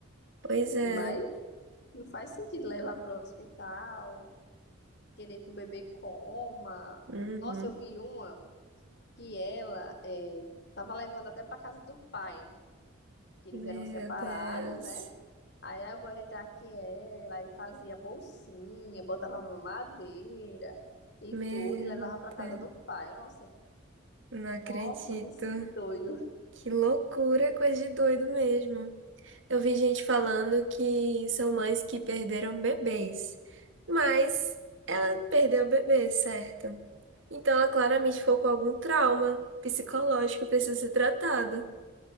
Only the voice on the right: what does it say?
Pois é.
Uhum.
Meu
Deus.
Meu
Deus.
Não acredito.
Que loucura, coisa de doido mesmo. Eu vi gente falando que são mães que perderam bebês, mas ela perdeu o bebê, certo? Então ela claramente ficou com algum trauma psicológico que precisa ser tratado.